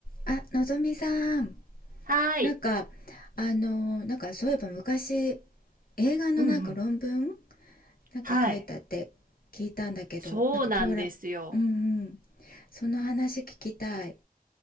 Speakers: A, on the left; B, on the right.
A: あ、のぞみさん、
B: はい。
A: なんか、あのなんかそういえば昔、映画のなんか論文
B: うんうん。
A: なんか書いたって聞いたんだけど、
B: はい。そうなんですよ。
A: なんかポーラ、うんうん、その話聞きたい